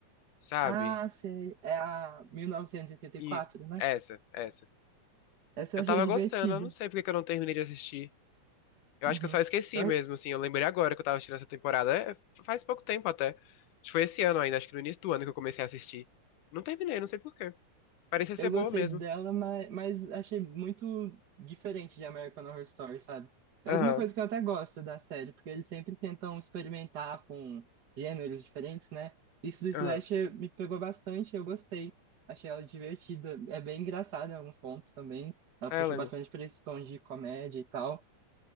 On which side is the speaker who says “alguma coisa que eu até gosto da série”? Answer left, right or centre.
Right